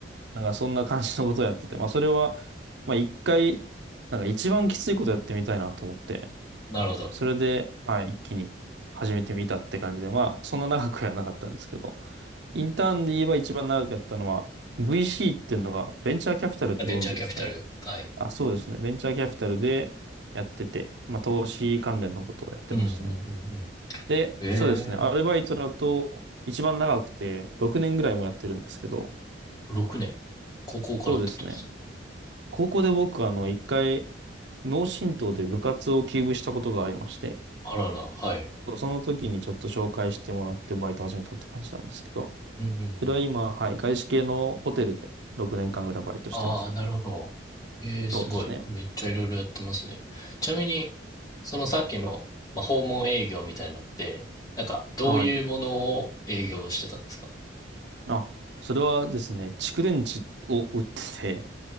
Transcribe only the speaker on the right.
なんかそんな感じのことをやってて、まあ、それは、まあ、一回、なんか一番きついことやってみたいなと思って。
それで、はい、一気に始めてみたって感じで、まあ、そんな長くはなかったんですけど、インターンで言えば一番長くやったのは、VC っていうのが、ベンチャーキャピタルってご存知ですかね。
あ、そうですね。ベンチャーキャピタルでやってて、まあ、投資関連のことをやってましたね。
で、
そうですね。アルバイトだと、一番長くて、6年ぐらいもやってるんですけど、
そうですね。高校で僕、あの、一回、脳震盪で部活を休部したことがありまして、
そうその時にちょっと紹介してもらってバイト始めたって感じなんですけど、
それは今、はい、外資系のホテルで6年間ぐらいバイトしてます。
そうですね。
はい。あ、それはですね、蓄電池を売ってて、